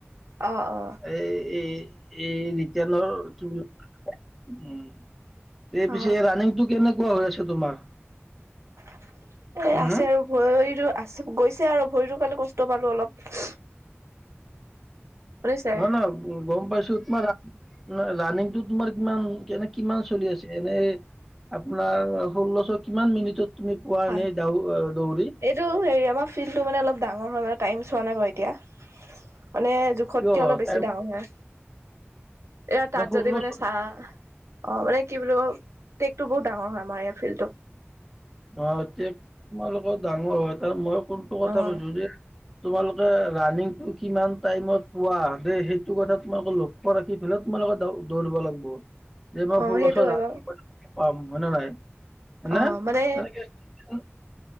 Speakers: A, on the right; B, in the centre.
A: অ অ
B: এই এই, এই ৰিটেনৰ কি বুলি উম, এই
A: অ
B: পিছে ৰানিংটো কেনেকুৱা হৈ আছে তোমাৰ?
A: এ
B: হম
A: আছে আৰু ভৰিতো আছে গৈছে আৰু ভৰিতো কালি কষ্ট পালো অলপ <unintelligible> শুনিছে
B: নহয় - নহয় গম পাইছো তোমাৰ ৰাণিংটো তোমাৰ কিমান কেনে কিমান চলি আছে এনে আপোনাৰ ষোল্লশ কিমান মিনিটত তুমি পোৱা
A: হয়
B: এনেই দৌ দৌৰি
A: এইটো হে আমাৰ ফিলটো মানে ডাঙৰ হয় মানে টাইম চোৱা নাই বাৰু এতিয়া মানে জোখতকে
B: কিয়
A: অলপ বেছি
B: টাইম
A: ডাঙৰ হয়। এয়া তাত
B: ষোল্লশ
A: যদি মানে চাহ অ' মানে কি বোলো, টেকটো বহুত ডাঙৰ হয় আমাৰ ইয়াৰ ফিল্ডটো।
B: অ, এতিয়া তোমালোকৰ ডাঙৰ হয় তাৰ মই কোনটো কথা
A: অ
B: কৈছো যে তোমালোকে ৰাণিংটো কিমান টাইমত পোৱা দে সেইটো কথা তোমাক লক্ষ্য ৰাখি পি তোমাৰ লগত দৌৰিব লাগব। যে মই
A: অ
B: ষোল্লশ
A: সেইটো হয় বাৰু
B: পাম হয়নে নাই হয়নে।
A: অ মানে
B: <unintelligible>